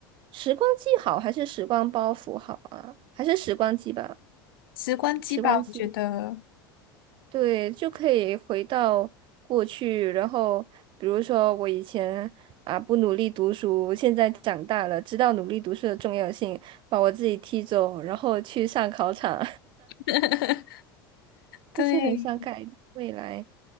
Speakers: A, on the right; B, on the left.
A: 时光机好，还是时光包袱好啊？还是时光机吧，
B: 时光机吧，
A: 时光机。
B: 我觉得。
A: 对，就可以回到过去，然后比如说我以前啊不努力读书，现在长大了，知道努力读书的重要性，把我自己踢走，然后去上考场，
B: <laughs>
A: <laughs>
B: 对，
A: 就是很想改未来。